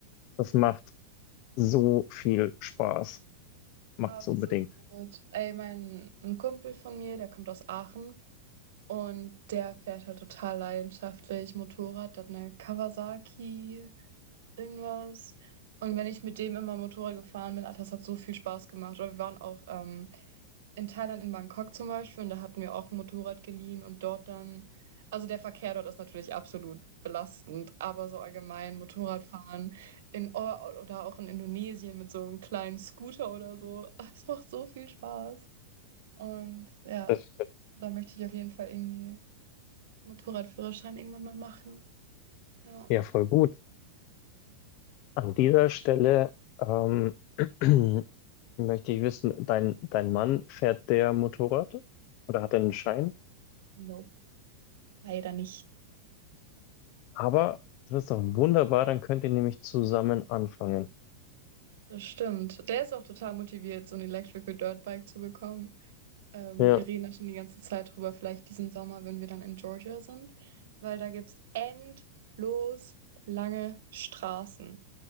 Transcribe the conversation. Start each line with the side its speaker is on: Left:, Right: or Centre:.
Left: Das macht so viel Spaß. Macht
Right: Absolut.
Left: es unbedingt.
Right: Ey, mein ein Kumpel von mir, der kommt aus Aachen und der fährt halt total leidenschaftlich Motorrad, der hat eine Kawasaki, irgendwas. Und wenn ich mit dem immer Motorrad gefahren bin, Alter, das hat so viel Spaß gemacht. Oder wir waren auch ähm, in Thailand, in Bangkok zum Beispiel, und da hatten wir auch ein Motorrad geliehen und dort dann, also der Verkehr dort ist natürlich absolut belastend, aber so allgemein Motorradfahren. In o oder auch in Indonesien mit so einem kleinen Scooter oder so. <laughs> Es macht so viel Spaß. Und ja,
Left: Das stimmt.
Right: da möchte ich auf jeden Fall irgendwie Motorradführerschein irgendwann mal machen. Ja.
Left: Ja, voll gut. An dieser Stelle ähm, <clears throat> möchte ich wissen, dein, dein Mann fährt der Motorrad oder hat er einen Schein?
Right: Nope, leider nicht.
Left: Aber das ist doch wunderbar, dann könnt ihr nämlich zusammen anfangen.
Right: Das stimmt. Der ist auch total motiviert, so 'n Electrical Dirtbike zu bekommen. Ähm,
Left: Ja,
Right: wir reden da schon die ganze Zeit drüber, vielleicht diesen Sommer, wenn wir dann in Georgia sind, weil da gibt's endlos lange Straßen.